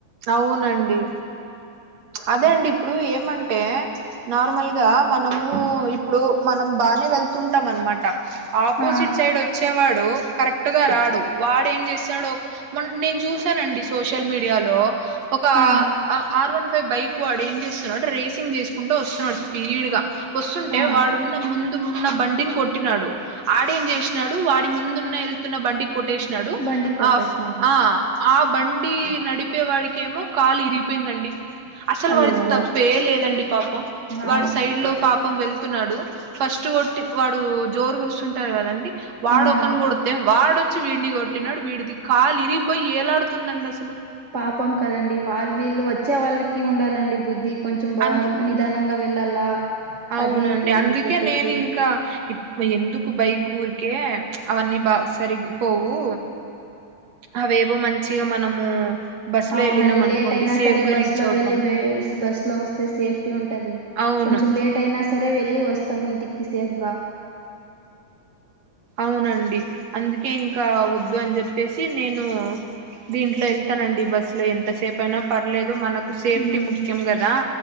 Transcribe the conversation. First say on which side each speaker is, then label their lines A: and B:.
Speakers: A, on the right; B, on the right.
A: అవునండి అదే అండి ఇప్పుడు ఏమంట అంటే నార్మల్ గా మనము ఇప్పుడు మనం బానే వెళ్తుంటాం అనమాట ఆపోజిట్
B: ఆ
A: సైడ్ వచ్చేవాడు కరెక్ట్ గా రాడు వాడ ఏం చేశాడో నేను చూసానండి సోషల్ మీడియాలో ఒక
B: ఆ
A: ఆరు వన్ బైక్ వాడు ఏం చేస్తున్నాడు రేసింగ్ చేసుకుంటూ వస్తున్నాడు స్పీడ్ గా వస్తుంటే
B: ఆ
A: వాడున్న ముందు ఉన్న బండిని కొట్టినాడు ఆడేం చేసినాడు వాడి ముందున్న వెళ్తున్న బండి కొటేష్ నడు
B: బండి కొట్టేసినాడు
A: ఆ ఆ బండి నడిపేవాడికి ఏమో కాలు ఇరిగిపోయిందండి అసలు
B: అయ్యో
A: వాడిది తప్పే లేదండి పాపం
B: ఆ
A: వాడు సైడ్ లో పాపం వెళ్ తున్నాడు ఫస్ట్ కొట్టి వాడు జోరుకు వస్తుంటారు కదండి వాడు
B: ఆ
A: ఒకడిని కొడితే వాడు వచ్చి వీడిని కొట్టినాడు వీడిది కాలు ఇరిగిపోయి ఏలాడుతుందండి అసలు
B: పాపం కదండి వాళ్ళు వీళ్ళు వచ్చే వాళ్ళకి ఉండాలండి బుద్ధి కొంచెం బా
A: అందు
B: నిదానంగా వెళ్ళాలా
A: అవునండి
B: అది ఇది
A: అందుకే
B: అని చెప్పేసి
A: నేను ఇంకా ఎందుకు బైకు ఊరికే అవన్నీ బా సరిపోవు అవి ఎవో మంచి మంచిగా మనము బస్ లో
B: అవునండి
A: వెళ్ళినాం అనుకోండి
B: లేట్ అయినా
A: సేఫ్
B: సరే
A: గా
B: బస్సు
A: రీచ్
B: లో
A: అవుతాం
B: వెళ్ళి బస్ లో వస్తే సేఫ్టీ ఉంటది
A: అవును
B: కొంచెం లేట్ అయినా సరే వెళ్ళి వ సస్తా మినట్కిసేఫగా
A: అవునండి అందుకే ఇంకా వద్దు అని చెప్పేసి నేను దీంట్లో వెళ్తానండి బస్సులో ఎంతసేపు అయినా పర్లేదు మనకు సేఫ్
B: ఉమ్
A: ట్టి ముఖ్యం కదా